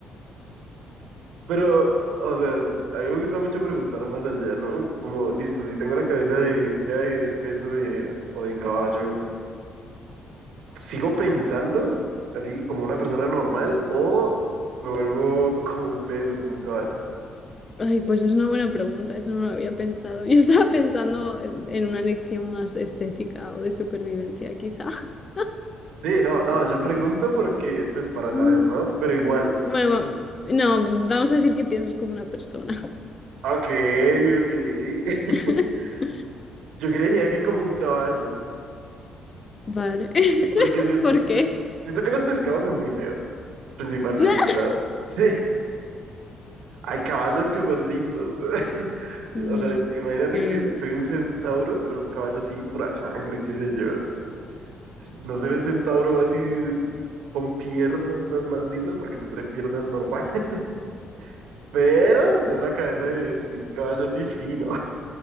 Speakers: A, on the right; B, on the left.
A: Pero, o sea, a mí me gusta mucho preguntar más allá, ¿no? Como, listo, si tengo la cabeza de, sea de peso de, o de caballo, ¿sigo pensando así como una persona normal o me vuelvo <laughs> como un peso, como un caballo?
B: Ay, pues es una buena pregunta, eso no lo había pensado. Yo estaba pensando en en una lección más estética o de supervivencia, quizá. <laughs>
A: Sí, no, no, yo pregunto porque, pues para
B: Mm,
A: saber, ¿no? Pero igual,
B: Bueno, va- no, vamos a decir que piensas como una persona.
A: ok, ok.
B: <laughs>
A: <laughs> Yo creería que como un caballo,
B: Vale.
A: porque
B: <laughs>
A: siento,
B: ¿Por qué?
A: si- siento que los pescados son muy feos, principalmente,
B: <laughs>
A: ¿no? <laughs> Sí. Hay caballos que son lindos. <laughs>
B: Mm,
A: O sea, imagínate
B: sí.
A: que soy un centauro, pero un caballo así, pura sangre, qué sé yo. S- No ser el centauro así con piernas las más lindas, porque tendré piernas normales, <laughs> pero tendré una cabeza de, de un caballo así fino.